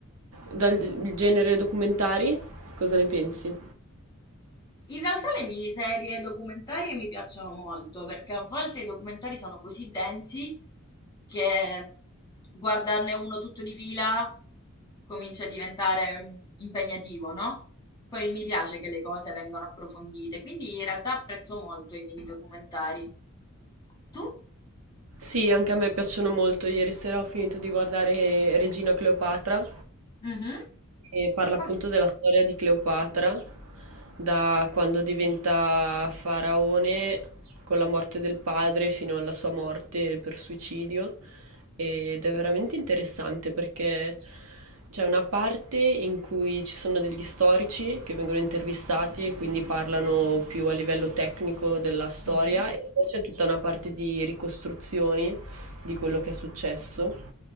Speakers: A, on the right (about 85°); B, on the left (about 20°).
A: dal genere documentari, cosa ne pensi?
B: In realtà le miniserie documentarie mi piacciono molto perché a volte i documentari sono così densi che guardarne uno tutto di fila comincia a diventare mm, impegnativo, no? Poi mi piace che le cose vengano approfondite, quindi in realtà apprezzo molto i mini documentari. Tu?
A: Sì, anche a me piacciono molto. Ieri sera ho finito di guardare Regina Cleopatra
B: Mhm.
A: E parla
B: Com-
A: appunto della storia di Cleopatra, da quando diventa faraone con la morte del padre fino alla sua morte per suicidio. Ed è veramente interessante perché c'è una parte in cui ci sono degli storici che vengono intervistati e quindi parlano più a livello tecnico della storia,
B: Mhm.
A: e poi c'è tutta una parte di ricostruzioni di quello che è successo